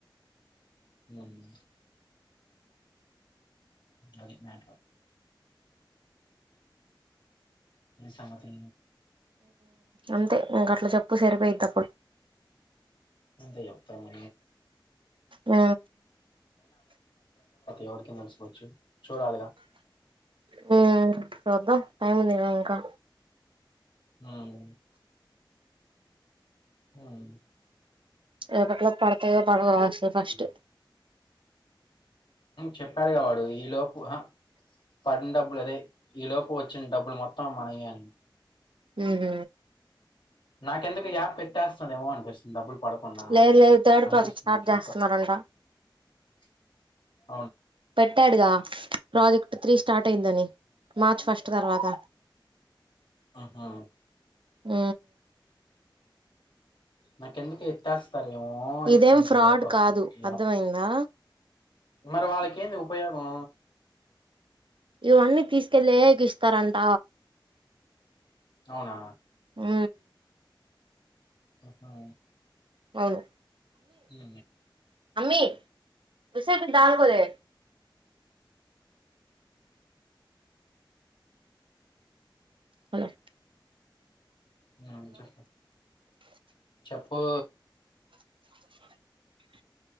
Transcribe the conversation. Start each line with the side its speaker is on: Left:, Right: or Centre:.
Left: ఉమ్ అది మ్యాటర్ ఈ సంగతి
Right: అంతే ఇంకా అట్ల చెప్పు ఉప్పు సరిపోయితప్పుడు
Left: అంతా చెప్తామా
Right: ఆ
Left: ఎవరికి నచ్చకపోవచ్చు. చూడాలిగా.
Right: ఉ చూద్దాం టై ఉందిగా ఇంకా
Left: ఉమ్ అవును
Right: రేపటిలోపు పడతాయో పడవో అసలు ఫస్ట్
Left: చెప్పాడు గా వాడు ఈ లోపు హ పడని డబ్బులు ఒరే ఈలోపు వచ్చి డబ్బులు మొత్తం మన యే అని
Right: ఉం
Left: నాకెందుకో ఈ యాప్ ఎత్తేస్తారేమో అని అనిపిస్తుంది డబ్బులు పడకుండా
Right: లేదు లేదు థర్డ్
Left: అనిపిస్తుంది
Right: ప్రాజెక్ట్ స్టార్ట్
Left: నాకెందుకో
Right: చేస్తున్నారంట.
Left: <inaudible>
Right: పెట్టాడుగా.. ప్రాజెక్ట్ త్రీ స్టార్ట్ అయిందని మార్చ ఫస్ట్ తర్వాత.
Left: ఆహా
Right: ఉ
Left: నాకెందుకు ఎత్తేస సరేమో అని
Right: ఇదేం
Left: కొంచెం
Right: ఫ్రాడ్
Left: డౌట్ వస్తుంది.
Right: కాదు
Left: ఈ యాప్
Right: అర్థమయిందా
Left: మరి వాళ్ళకెంది. పోయాము
Right: ఇవన్నీ తీసుకెళ్లే గి ఇస్తారంట.
Left: అవునా.
Right: ఉ
Left: అవునా
Right: అవును.
Left: ఉ
Right: అమ్మి విషపూ పిన్ని దారములే హలో
Left: ఉ చెప్ప చెప్పు